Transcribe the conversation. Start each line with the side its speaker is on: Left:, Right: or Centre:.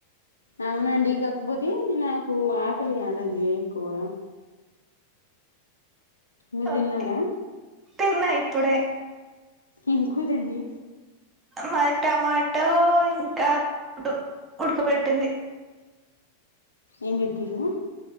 Left: అవునండి కాకపోతే నాకు ఆకలి కాదండి ఎక్కువగా మీరు
Right: ఓకే
Left: తిన్నారా
Right: తిన్నా ఇప్పుడే
Left: ఏంకూరండి
Right: మాది టమాటో ఇంకా గుడ్డు ఉడకపెట్టింది
Left: ఏమ్ పెట్టిరు